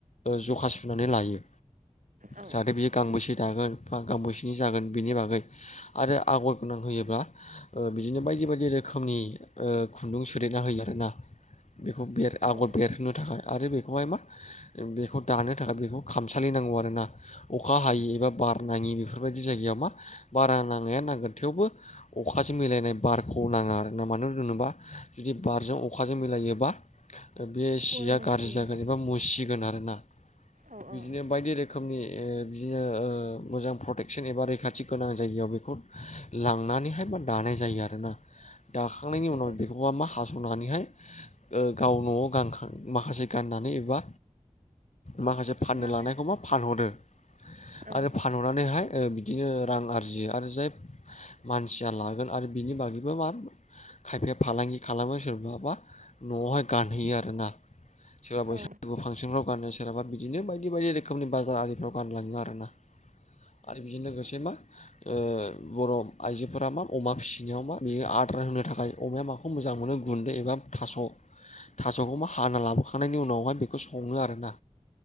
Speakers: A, on the left; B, on the right.
A: जखा सुनानै लायो।
B: ओ
A: जाहाथे बियो गांबेसे दागोन बा गांबेसेनि जागोन बेनि बागै आरो आगर गोनां होयोब्ला बिदिनो बायदि बायदि रोखोमनि खुन्दुं सोदेरना होयो आरो। ना बेखौ आगर
B: औ
A: बेरहोनो थाखाय आरो बेखौहाय मा बेखौ दानो थाखाय बेखौ खामसालि नांगौ आरोना अखा हायि एबा बार नाङि बेफोरबायदि जायगायाव मा बारा नांगोन थेवबो अखा मिलायनाय बारखौ नाङा आरो ना मानो होनोबा जुदि बारजों अखाजों मिलायोबा बे सिया
B: गरमसियो
A: गाज्रि जागोन एबा मुसिगोन आरोना
B: औ
A: बिदिनो
B: औ
A: बायदि रोखोमनि बिदिनो मोजां प्रटेकसन एबा रैखाथि गोनां जायगायाव बेखौ लांनानैहाय दानाय जायो आरोना दाखांनायनि
B: बेखौ
A: उनाव बेखौहा मा हा सनानैहाय गाव न'आव गानखां माखासे गाननानै एबा माखासे फाननो
B: माखासे
A: लानायखौ मा फानहरो
B: औ
A: आरो फानहरनानैहाय बिदिनो रां आरजियो आरो जाय मानसिया लागोन आरो बिनि बागैबो मा खायफाया फालांगि खालामो सोर बाबा न'आवहाय गानहैयो आरोना सोरबा बैसागु
B: औ
A: फांसनाव गाननो सोरहाबा बिदिनो बायदि बायदि रोखोमनि बाजार आरिफ्राव गानलाङो आरोना। आरो बेजों लोगोसे मा ओ बर' आइजोफोरा मा, अमा फिसिनायाव मा बेयो आदार होनो थाखाय अमाया माखौ मोजां मोनो। गुन्दै एबा थास'। थास'खौबा हाना लाबोखांनायनि उनावहाय बेखौ सङो आरोना।